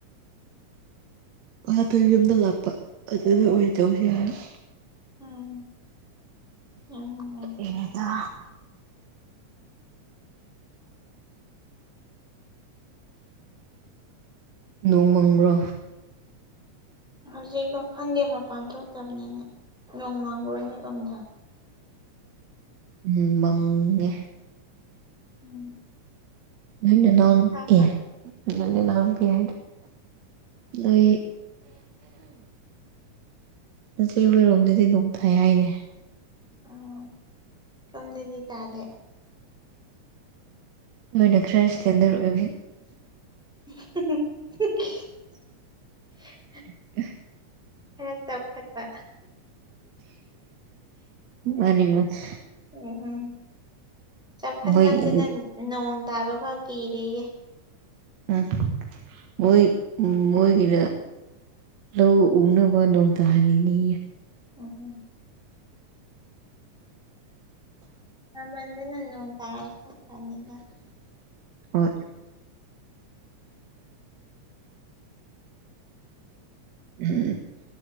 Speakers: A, on the right (about 65°); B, in the centre.
A: ꯑꯗꯨ ꯌꯨꯝꯗ ꯂꯥꯛꯄ ꯑꯗꯨꯗ ꯑꯣꯏ ꯇꯧꯁꯤ ꯍꯥꯏꯔ
B: ꯎꯝ ꯌꯥꯝ ꯅꯨꯡꯉꯥꯏ
A: ꯏꯩꯅꯗ ꯅꯣꯡ ꯃꯪꯕ꯭ꯔꯣ
B: ꯍꯧꯖꯤꯛꯛꯇꯣ ꯈꯪꯗꯦ ꯃꯄꯥꯟ ꯊꯣꯛꯇꯕꯅꯤꯅ ꯅꯣꯡꯃꯥꯡꯒ ꯑꯣꯏꯅ ꯂꯣꯝꯗ
A: ꯎꯝ ꯃꯪꯉꯦ
B: ꯎꯝ
A: ꯅꯣꯏꯅ ꯅꯎꯅ
B: ꯁꯥꯃ
A: ꯑꯦ ꯅꯣꯏꯅ ꯅꯝ ꯄꯤ ꯍꯥꯏ ꯅꯣꯏ ꯉꯆꯦ ꯍꯣꯏꯔꯣꯝꯗꯗꯤ ꯅꯨꯡ ꯐꯥꯏ ꯍꯥꯏꯅꯦ
B: ꯑꯣ ꯁꯣꯝꯗꯗꯤ ꯇꯥꯗꯦ
A: ꯅꯣꯏꯅ ꯈꯔ ꯏꯁꯇꯦꯟꯗꯔꯠ ꯑꯣꯏꯕꯤ
B: <unintelligible>
A: <unintelligible>
B: ꯈꯔ ꯆꯥꯎꯈꯠꯄ
A: ꯃꯥꯅꯤ ꯃꯥꯅꯤ
B: ꯎꯝ ꯆꯥꯎꯈꯠꯃꯟꯗꯅ
A: ꯃꯣꯏꯒꯤ
B: ꯅꯣꯡ ꯇꯥꯕ ꯐꯥꯎ ꯀꯤꯔꯌꯦ
A: ꯑ ꯍ ꯎꯝ ꯑꯣꯏꯣꯏꯒꯗ ꯂ ꯎꯅ ꯋꯥꯅꯗ ꯍꯥꯏꯔꯅꯤ
B: ꯎꯝ ꯅꯃꯅꯅ ꯅꯣꯡ ꯇꯔꯅ
A: ꯍ ꯎꯝ